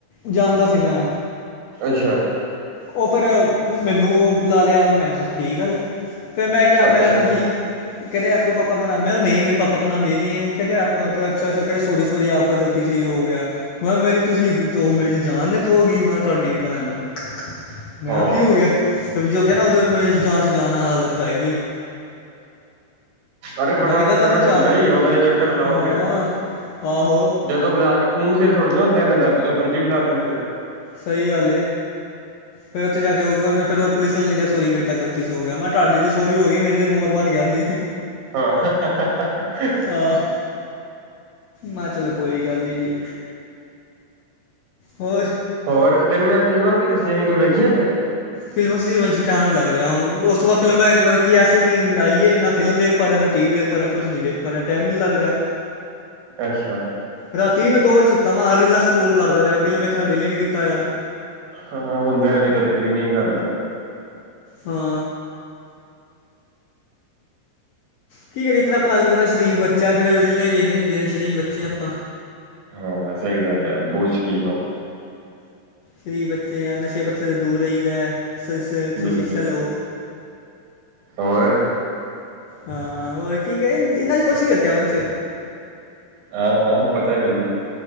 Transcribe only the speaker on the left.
ਜਾਣਦਾ ਸੀ ਮੈਂ।
ਉਹ ਫੇਰ ਮੈਨੂੰ ਉਹ ਬੁਲਾ ਲਿਆ ਮੈਂ ਕਿਹਾ ਕੀ ਗੱਲ ਆ। ਫਿਰ ਮੈਂ ਗਿਆ, ਮੈਂ
ਕਿਹਾ ਹਾਂਜੀ। ਕੈਂਦੇ ਆਪਕੇ ਪਾਪਾ ਕਾ ਨਾਮ, ਮੈਂ ਨਹੀਂ ਮੇਰੇ ਪਾਪਾ ਕਾ ਨਾਮ ਇਹ ਨੀ ਐ, ਕੈਂਦੇ ਆਪ ਅੱਛਾ ਅੱਛਾ ਕੈਂਦੇ ਸੋਰੀ ਸੋਰੀ ਆਪ ਗ਼ਲਤੀ ਸੇ ਹੋ ਗਿਆ, ਮੈਂ ਕਿਹਾ ਮੇਰੀ ਤੁਸੀਂ ਉਹ ਮੇਰੀ ਜਾਨ ਖੋ ਗਈ, ਮੈਂ ਕਿਹਾ ਤੁਹਾਡੀ ਭੈਣ ਨੂੰ। ਮੈਂ
ਕਿਹਾ ਕੀ ਹੋ ਗਿਆ ਜੋ ਕਹਿ ਨਾ ਉਧਰ ਮਰੇ ਜਾਂ ਚ ਜਾਣ ਹਾਲਤ ਤਾਂ ਆਈ ਬਈ
ਮੈਂ ਤੇ
ਕਹਤਾ ਮੈਂ
ਚਾਂ
ਹਾਂ
ਆਹੋ
ਸਹੀ ਗੱਲ ਫੇਿਰ ਉੱਥੇ ਜਾ ਕੇ ਉਹਨੇ ਫਿਰਰ ਪੁਲਿਸ ਵੱਲ ਨੇ ਕਿਹਾ ਸੋਰੀ ਬੇਟਾ ਗਲਤੀ ਸੇ ਹੋ ਗਿਆ, ਮੈਂ ਤੁਹਾਡੀ ਤੇ ਸੋਰੀ ਹੋ ਗਈ ਮੇਰੇ ਤੇ ਮੋਰ ਬਣ ਗਿਆ ਸੀ
ਹਾ ਮੈਂ ਚਲ ਕੋਈ ਗੱਲ ਨੀ ਜੀ ਹੋਰ
ਫਿਲਮ ਟਾਈਮ ਨਹੀਂ ਲੱਗ ਰਿਹਾ ਹੁਣ ਉਸ ਤੋਂ ਬਾਅਦ ਫਿਲਮਾਂ ਮਤਲਬ ਕੀ ਐ ਸੀ ਕਿ ਆਈਏ ਨਾ ਫਿਲਮ ਵ ਪਾ ਰਿਹਾ ਨਾ ਟੀਵੀ ਵੇਖ ਪਾ ਰਿਹਾ ਕੁਛ ਵੇਖ ਪਾ ਰਿਹਾ ਟੈਮ ਹੀ ਨਹੀਂ ਲੱਗ ਰਿਹਾ
ਰਾਤੀ ਵੀ ਮੈਂ ਦੋ ਵਜੇ ਸੁੱਤਾ ਵਾਂ ਰੀਲਾਂ ਸਕਰੋਲ ਕਰਦਾ ਰਿਹਾ ਫਿਲਮ ਵੇਖਣ ਦਾ ਦਿਲ ਹੀ ਨਹੀਂ ਕੀਤਾ ਯਾਰ
ਹਾ। ਕੀ ਕਰੀਏ ਤੇਰਾ ਭਰਾ ਤੈਨੂੰ ਪਤਾ ਸ਼ਰੀਫ ਬੱਚਾ, ਫਿਰ ਰੀਲਾਂ ਹੀ ਵੇਖੀਆਂ ਹੁੰਦੀਆਂ ਨੇ ਸ਼ਰੀਫ ਬੱਚੇ ਆਪਾਂ।
ਸ਼ਰੀਫ਼ ਬੱਚੇ ਆ, ਨਸ਼ੇ ਪੱਤੇ ਤੇ ਦੂਰ ਰਹੀਦਾ। ਅੱਛੀ ਅੱਛੀ
ਸ਼ਿਕਸ਼ਾ ਲਵੋ।
ਹਾਂ, ਹੋਰ ਕੀ ਕਿਹਾ ਇਹਨਾਂ ਚ ਕੁਛ ਨੀ ਰੱਖਿਆ ਵੰਸ਼।